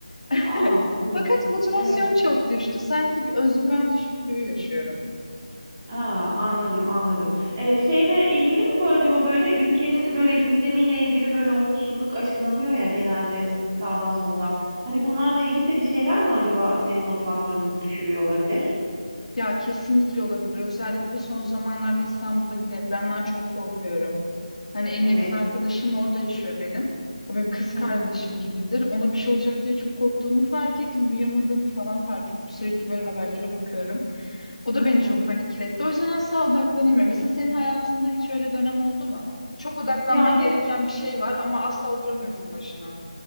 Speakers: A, on the left; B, on the right.
A: <laughs>
B: A! Evet,
A: Fakat motivasyon
B: evet.
A: çok düştü. Sanki bir özgüven düşüklüğü yaşıyorum.
B: Aa, anladım anladım. Ee, şeyde ilgili mi bu acaba böyle ülkenin böyle gündemiyle ilgili böyle umutsuzluk aşılanıyor ya genelde sağdan soldan. Hani bunlarla ilgili de bir şeyler mi acaba senin motivasyonunu düşürüyor olabilir?
A: Ya kesinlikle olabilir. Özellikle son zamanlarda İstanbul'daki depremden çok korkuyorum. Hani en
B: Evet.
A: yakın arkadaşım orada yaşıyor benim. O benim kız kardeşim
B: Hı hı,
A: gibidir. Ona bir şey olacak diye çok korktuğumu fark ettim. Uyuyamadığımı falan fark ettim. Sürekli böyle haberlere bakıyorum. O da beni
B: hı hı.
A: çok panikletti. O yüzden asla odaklanamıyorum. Mesela senin hayatında hiç öyle dönem oldu mu? Çok odaklanman
B: Ya evet
A: gereken bir şey var ama asla oturamıyorsun başına.